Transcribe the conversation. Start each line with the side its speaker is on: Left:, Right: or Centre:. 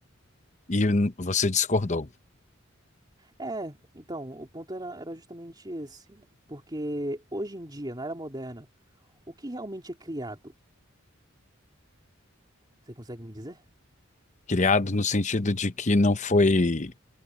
Left: e n- você discordou.
Right: É, então, o ponto era, era justamente esse. Porque hoje em dia, na era moderna, o que realmente é criado? Você consegue me dizer?
Left: Criado no sentido de que não foi